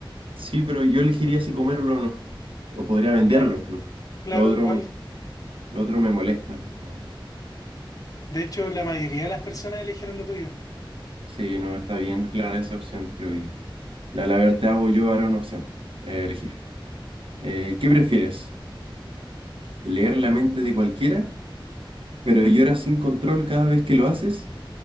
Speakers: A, on the right; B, on the left.
A: Sí, pero yo elegiría si comerlo o no. O podría venderlo
B: Claro,
A: incluso.
B: claro,
A: Lo otro
B: igual.
A: Lo otro me molesta. ¿no?
B: De hecho, la mayoría de las personas eligieron lo tuyo.
A: Sí, no está bien clara esa opción, creo yo. La, la verdad, hago yo ahora una opción. eh, elegir. Eh, ¿qué prefieres? ¿Leer la mente de cualquiera, pero lloras sin control cada vez que lo haces?